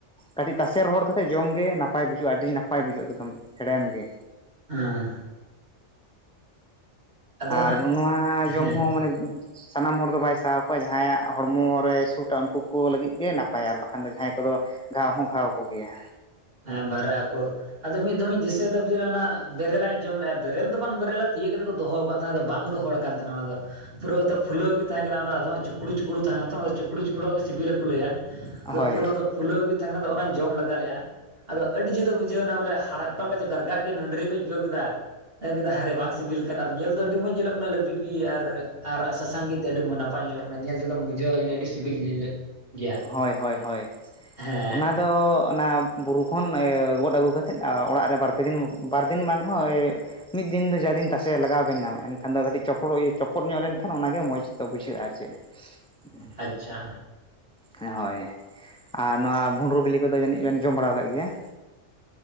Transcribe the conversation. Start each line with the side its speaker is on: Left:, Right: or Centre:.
Centre: ᱠᱟᱹᱴᱤᱡ ᱛᱟᱥᱮ ᱨᱚᱦᱚᱲ ᱠᱟᱛᱮᱫ ᱡᱚᱢᱜᱮ ᱱᱟᱯᱟᱭ ᱵᱩᱡᱷᱟᱹᱜᱼᱟ ᱟᱹᱰᱤ ᱱᱟᱯᱟᱭ ᱵᱩᱡᱷᱟᱹᱜ ᱮᱠᱫᱚᱢ ᱦᱮᱲᱮᱢ ᱜᱮ᱾
Right: ᱦᱮᱸ ᱟᱫᱚ ᱦᱟᱸᱜ
Centre: ᱟᱨ ᱱᱚᱣᱟ ᱡᱚᱢ
Right: ᱦᱮᱸ
Centre: ᱦᱚᱸ ᱢᱟᱱᱮ᱾ ᱥᱟᱱᱟᱢ ᱦᱚᱲ ᱫᱚ ᱵᱟᱭ ᱥᱟᱦᱟᱣ ᱠᱚᱣᱟ ᱡᱟᱦᱟᱸᱭᱟᱜ ᱦᱚᱲᱢᱚ ᱨᱮ ᱥᱩᱴᱟ ᱩᱱᱠᱩ ᱠᱩ ᱞᱟᱹᱜᱤᱫ ᱜᱮ ᱱᱟᱯᱟᱭᱟ ᱟᱨ ᱵᱟᱠᱷᱟᱱ ᱫᱚ ᱡᱟᱦᱟᱸᱭ ᱠᱚᱫᱚ᱾ ᱜᱷᱟᱣ ᱦᱚᱸ ᱜᱷᱟᱣ ᱠᱚ ᱜᱮᱭᱟ᱾
Right: ᱦᱮᱸ ᱵᱷᱟᱨᱟᱜ ᱟᱠᱚ ᱟᱫᱚ ᱢᱤᱫ ᱫᱚᱢᱤᱧ ᱫᱤᱥᱟᱹᱭ ᱫᱟ ᱵᱚᱞᱮ ᱚᱱᱟ ᱵᱮᱨᱮᱞᱟᱜ ᱤᱧ ᱡᱚᱢ ᱞᱮᱜᱼᱟ ᱵᱮᱨᱮᱞ ᱫᱚ ᱵᱟᱝ ᱵᱮᱨᱮᱞᱟ ᱛᱤᱭᱳᱜ ᱠᱟᱛᱮᱜ ᱠᱚ ᱫᱚᱦᱚ ᱠᱟᱜ ᱛᱟᱦᱮᱱᱟ ᱵᱟᱝ ᱨᱚᱦᱚᱲ᱾ ᱠᱟᱱ ᱛᱟᱦᱮᱱᱟ ᱚᱱᱟ ᱫᱚ ᱯᱩᱨᱟᱹᱣ ᱯᱷᱩᱞᱟᱹᱣ ᱜᱮ ᱛᱟᱦᱮᱸ ᱠᱟᱱᱟ ᱚᱱᱟ ᱟᱫᱷᱚᱢ ᱪᱩᱠᱲᱩ ᱪᱩᱠᱲᱩ ᱛᱟᱦᱮᱱᱟ ᱛᱚ ᱚᱱᱟ ᱫᱚ ᱪᱩᱠᱲᱩ ᱪᱩᱠᱲᱩ ᱜᱮ ᱥᱤᱵᱤᱞᱟ᱾ ᱠᱚ ᱞᱟᱹᱭᱟ
Centre: ᱦᱳᱭ
Right: ᱟᱫᱚ ᱯᱩᱨᱟᱹ ᱚᱱᱟ ᱫᱚ ᱯᱷᱩᱞᱟᱹᱣ ᱜᱮ ᱛᱟᱸᱦᱮ ᱠᱟᱱᱟ ᱟᱫᱚ ᱚᱱᱟᱧ ᱡᱚᱢ ᱞᱟᱜᱟ ᱞᱮᱜᱼᱟ᱾ ᱟᱫᱚ ᱟᱹᱰᱤ ᱡᱩᱫᱟᱹ ᱵᱩᱡᱷᱟᱹᱣ ᱮᱱᱟ ᱵᱚᱞᱮ ᱦᱟᱲᱦᱟᱫ ᱚᱠᱟ ᱞᱮᱠᱟ ᱪᱚᱝ ᱜᱟᱨᱜᱟᱫ ᱜᱮ ᱱᱟᱺᱰᱨᱤ ᱠᱚᱧ ᱟᱹᱭᱠᱟᱹᱣ ᱠᱮᱫᱟ᱾ ᱢᱮᱱ ᱠᱮᱫᱟ ᱦᱟᱭᱨᱮ ᱵᱟᱝ ᱥᱤᱵᱤᱞ ᱠᱟᱱᱟ ᱟᱨ ᱧᱮᱞ ᱫᱚ ᱟᱹᱰᱤ ᱢᱚᱸᱡᱽ ᱧᱮᱞᱚᱜ ᱠᱟᱱᱟ ᱞᱟᱹᱵᱤᱫ ᱜᱮ ᱟᱨ ᱟᱨ ᱥᱟᱥᱟᱝ ᱜᱮ ᱮᱛᱮᱜ ᱟᱹᱰᱤ ᱢᱚᱡᱽ ᱢᱚᱡ ᱱᱟᱯ ᱱᱟᱯᱟᱭ ᱧᱮᱞᱚᱜ ᱠᱟᱱᱟ ᱧᱮᱞ ᱛᱮᱫᱚᱢ ᱵᱩᱡᱷᱟᱹᱣᱟ ᱡᱟᱹᱱᱤᱡ ᱟᱹᱰᱤ ᱥᱤᱵᱤᱞ ᱧᱮᱞᱚᱜ᱾ ᱜᱮᱭᱟ
Centre: ᱦᱳᱭ ᱦᱳᱭ ᱦᱳᱭ
Right: ᱦᱮᱸ
Centre: ᱚᱱᱟᱫᱚ ᱚᱱᱟ᱾ ᱵᱩᱨᱩ ᱠᱷᱚᱱ ᱜᱚᱫ ᱟᱹᱜᱩ ᱠᱟᱛᱮᱫ ᱚᱲᱟᱜ ᱨᱮ ᱵᱟᱨᱯᱮ ᱫᱤᱱ ᱵᱟᱨ ᱫᱤᱱ ᱵᱟᱝ ᱨᱮᱦᱚᱸᱼᱼ ᱢᱤᱫ ᱫᱤᱱ ᱫᱚ ᱡᱟ ᱫᱤᱱ ᱛᱟᱥᱮ ᱞᱟᱜᱟᱣ ᱵᱤᱱᱟ ᱮᱱᱠᱷᱟᱱ ᱫᱚ ᱠᱟᱹᱴᱤᱡ ᱪᱚᱯᱚᱲᱚᱜ ᱪᱚᱯᱚᱫ ᱧᱚᱜ ᱞᱮᱱᱠᱷᱟᱱ ᱚᱱᱟᱜᱮ ᱢᱚᱡᱽ ᱫᱚ ᱵᱩᱡᱷᱟᱹᱜᱼᱟ ᱟᱨ ᱪᱮᱫ᱾ <unintelligible>
Right: ᱟᱪᱪᱷᱟ
Centre: ᱦᱮᱸ ᱦᱳᱭ ᱟᱨ ᱱᱚᱣᱟ ᱵᱷᱩᱸᱰᱨᱩ ᱵᱤᱞᱤ ᱠᱚᱫᱚ ᱡᱟᱹᱱᱤᱡ ᱵᱮᱱ ᱡᱚᱢ ᱵᱟᱲᱟ ᱟᱠᱟᱫ ᱜᱮᱭᱟ ᱾